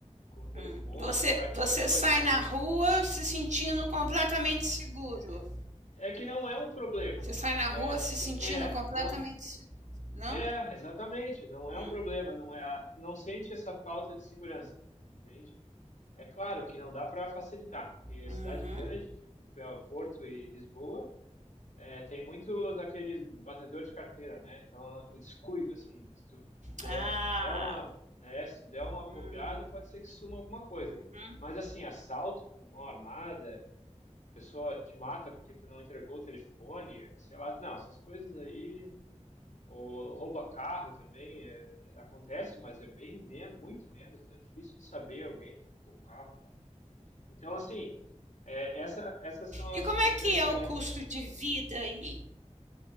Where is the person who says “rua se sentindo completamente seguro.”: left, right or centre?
Right